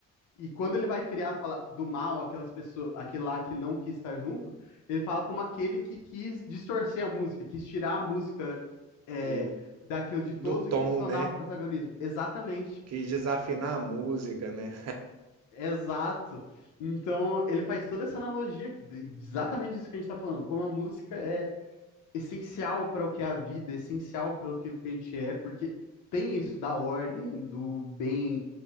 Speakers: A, on the left; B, on the right.
A: E quando ele vai criar, fala do mal, aquelas pessoas, aquele lá que não quis estar junto, ele fala como aquele que quis distorcer a música, quis tirar a música é,
B: do,
A: daquilo de todos
B: do tom,
A: e quis tornar
B: né?
A: um protagonismo. Exatamente.
B: Quis desafinar a música, né?
A: Exato. Então, ele faz toda essa analogia, de- exatamente isso que a gente tá falando, como a música é essencial para o que é a vida, essencial para aquilo que a gente é, porque tem isso da ordem, do bem,